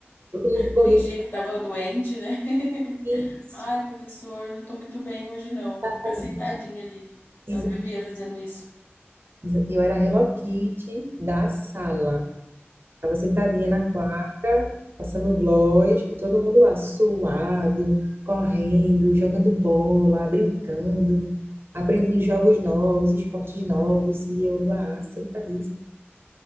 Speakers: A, on the right (about 55°); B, on the left (about 55°).
A: Todo mundo corria.
B: Fingia que tava doente, né? <laughs>
A: Isso,
B: Ai, professor, não tô muito bem hoje não,
A: exatamente.
B: vou ficar sentadinha ali.
A: Exa-
B: Eu vivia fazendo isso.
A: exa- Eu era a Hello Kitty da sala. Estava sentadinha na quadra, passando gloss, e todo mundo lá suado, correndo, jogando bola, brincando, aprendendo jogos novos, esportes novos, e eu lá sentadíssima.